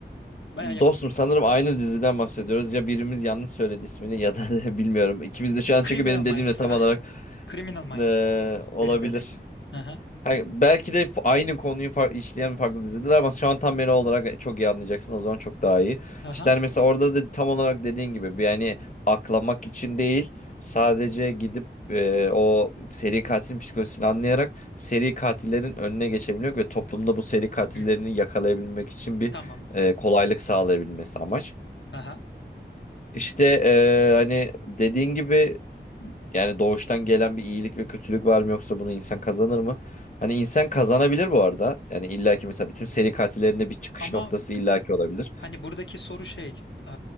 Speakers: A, on the left; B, on the left.
A: Baya yakın.
B: Dostum sanırım aynı diziden bahsediyoruz. Ya birimiz yanlış söyledi ismini ya da <laughs> bilmiyorum. İkimiz de şu an
A: Criminal
B: çünkü benim
A: Minds.
B: dediğimle tam
A: Ha,
B: olarak
A: Criminal Minds.
B: eee, olabilir.
A: Benim dedim. Aha,
B: Ha, belki de f- aynı konuyu fa- işleyen farklı diziler ama şu an tam beni olarak e, çok iyi anlayacaksın. O zaman çok daha iyi.
A: aha.
B: İşte hani mesela orada da tam olarak dediğin gibi bir yani aklamak için değil sadece gidip e, o seri katilin psikolojisini anlayarak seri katillerin önüne geçebilmek ve toplumda bu seri katillerini
A: Hmm,
B: yakalayabilmek için bir
A: tamam.
B: e, kolaylık sağlayabilmesi amaç.
A: Aha.
B: İşte eee, hani dediğin gibi yani doğuştan gelen bir iyilik ve kötülük var mı yoksa bunu insan kazanır mı? Hani insan kazanabilir bu arada. Yani illaki mesela bütün seri katillerinde bir çıkış
A: Ama
B: noktası illaki olabilir.
A: hani buradaki soru şey, e,